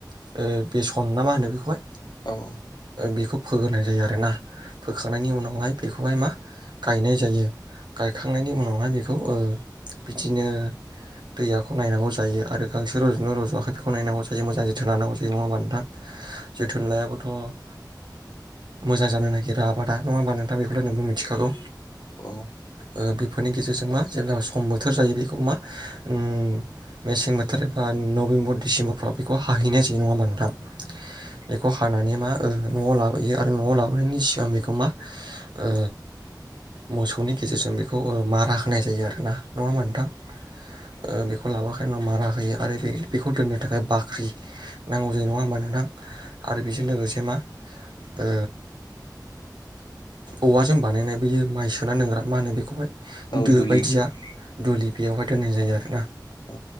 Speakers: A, on the right; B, on the left.
A: ओ बेसन ना मा होनो बेखौहाय?
B: औ औ।
A: बेखौ फोग्रोनाय जायो आरो ना। फोखांनायनि उनावहाय बेखौहाय मा गायनाय जायो। गायखांनायनि उनावहाय बे बेखौ ओ बिदिनो दैयाखौ नायनांगौ जायो आरो गांसो रजदोंना रजआखै बेखौ नायांगौ जायो मोजां जोथोन लांगौ जायो नङा होनबा नोंथां? जोथोन लायाबाथ ओ मोजां जानो नागिरा आबादा नङा होनबा नों थां बेखौलाय नोंबो मिथिखागौ
B: औ
A: ओ बेफोरनि गेजेरजों मा जेब्ला सम बोथोर जायो बेखौ मा उम्म मेसें बोथ थोर एबा नबेम्बर दिसेम्बरफ्राव बेखौ हाहैनाय जायो नङा होमबा नोंथां? बेखौ हानानै मा ओ न'आव लाबोयो आरो न'आव लाबोनायनि सिगां बेखौ मा ओ मोसौनि गेजेरजों बेखौ ओ मारा होनाय जायो आरो ना। नङा होनबा नोंथां ओ बेख लाबोखाय उनाव मारा बायो आरो बे बेखौ दोननो थाखाय बाख्रि नांगौ जायो नङा होमबा नोंथां? आरो बेजों लोगोसे मा ओ औवाजों बानायनाय बोयो माइ सोना दोंग्रा मा होनो बे खौहाय
B: औ
A: दो
B: दुलि
A: बायदिया दुलि बेयावहाय दोननाय जायो
B: औ
A: आरोना।
B: औ